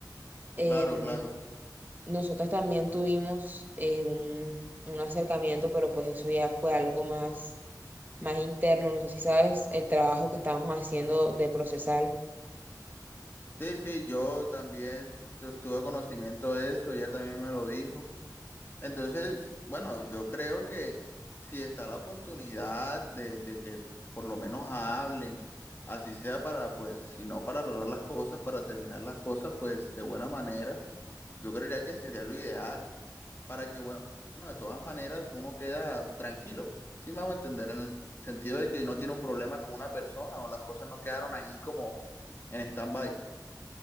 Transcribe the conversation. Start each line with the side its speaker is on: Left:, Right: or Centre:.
Right: Em,
Left: Claro, claro.
Right: nosotros también tuvimos eh, un, un acercamiento, pero pues eso ya fue algo más más interno. No sé si sabes el trabajo que estábamos haciendo de procesal.
Left: Sí, sí, yo también tu- tuve conocimiento de eso, ella también me lo dijo. Entonces, bueno, yo creo que si está la oportunidad de, de que por lo menos hablen, así sea para, pues, si no para arreglar las cosas, para terminar las cosas, pues de buena manera, yo creería que sería lo ideal, para que, bueno, de todas maneras uno queda tranquilo, Sí, me hago entender, en el sentido de que no tiene un problema con una persona o las cosas no quedaron ahí como en stand-by.